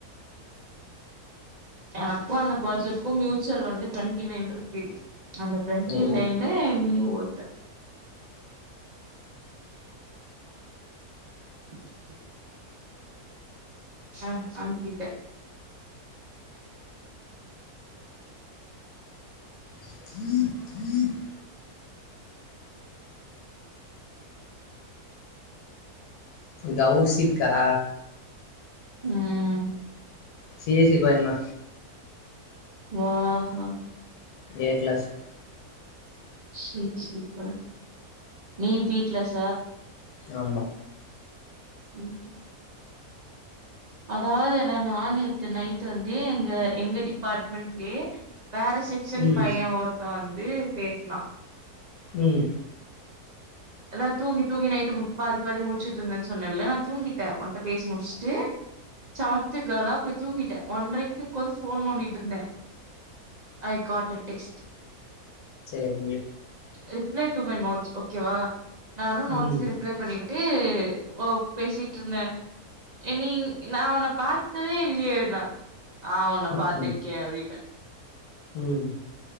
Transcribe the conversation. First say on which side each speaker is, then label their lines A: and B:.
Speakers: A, on the right (about 55°); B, on the left (about 80°).
A: எனக்கு அந்த பர்சனுக்கு மூச்சுவல் வந்து டுவெண்டி நைன் இருக்கு அந்த டுவெண்டி
B: ஓ
A: நைன் நீ ஒருத்த <inaudible> ஆ அனுப்பிட்டே
B: <inaudible> கௌசிக்கா
A: ம்
B: சி சி பயன்னா
A: வாஹ
B: ஏ கிளாஸ்
A: செரி செரி பா நீ பீ கிளாஸ
B: ஆமா
A: இட்டு அதாவது என்ன நா நேத்து நைட் வந்து எங்க எங்க டிபார்ட் மெல்யே வேற செக்ஷன்
B: ம்
A: பையன் ஒருத்த வந்து பேசுனா
B: ம்
A: அதாவ தூங்கி தூங்கி நைட்டு பாதி பாதி முழிச்சுட்டுந்தே சொன்னே இல நா தூங்கிட்டே ஒன்ட்ட பேசி முடிச்சுட்டு சமத்து கேளா போய் தூங்கிட்டே ஒன்ரைக்கு உட்காந்து ஃபோன் நோண்டிட்டு இருந்தே ஐ காட் அ டெக்ஸ்ட்
B: சேரி
A: ரிப்ளை டு மை நோட்ஸ் ஓகேவா நானு நோட்ஸ்க்கு
B: ம்
A: ரிப்ளை பண்ணிட்டு ஓ பேசிட்டு இருந்தே நீ நா உன்ன பாத்ததே இல்லையே நா ஆ உன்ன
B: ம்
A: பத்திருக்கே அப்டின்ன
B: ம்